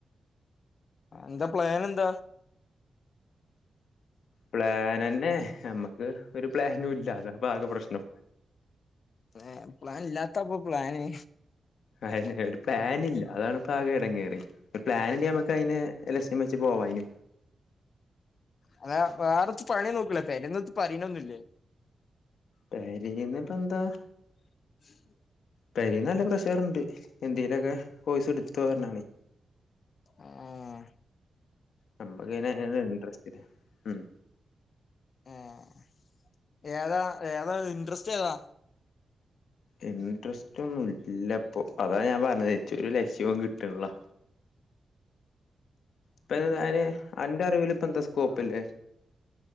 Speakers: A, on the left; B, on the left.
A: ന്താ പ്ലാൻ എന്താ?
B: പ്ലാനന്നെ നമ്മക്ക് ഒരു പ്ലാനും ഇല്ലാ അതാ പ്പാകെ പ്രശ്നം.
A: പ്ല പ്ലാൻ ഇല്ലാത്തപ്പൊ പ്ലാന്.
B: അതെന്നെ ഒരു പ്ലാനില്ല അതാണ് ഇപ്പ ആകെ എടങ്ങേറ് ഒരു പ്ലാൻണ്ടെങ്കി നമ്മക്ക് അയ്നെ എ <unintelligible> പോവായിനു
A: അല്ല വേറെത്തു പണി നോക്കൂലേ. പരേന്ന് എത്തും പറിണൊന്നുല്ലേ?
B: പെരേന്ന് ഇപ്പ എന്താ
A: <inaudible>
B: പെരേന്ന് നല്ല പ്രഷർ ണ്ട് എന്തേലൊക്കെ കോഴ്സ് ട്ത്തോ ർഞ്ഞാണ്.
A: ആഹ്
B: നമ്മക്ക് പിന്നെ അയ്ന് ഇൻട്രസ്റ്റ് ഇല്ല ഉം
A: ഏഹ് ഏതാ ഏതാ ഇൻട്രസ്റ്റ് ഏതാ?
B: ഇൻട്രസ്റ്റ് ഒന്നും ല്ലപ്പൊ അതാ ഞാൻ പറഞ്ഞത് ഇച്ച് ഒരു ലക്ഷ്യവും കിട്ട്ള്ള. ഇപ്പ അതിന് അന്റെ അറിവിൽ പ്പ എന്താ സ്കോപ്പ്ല്ലേ?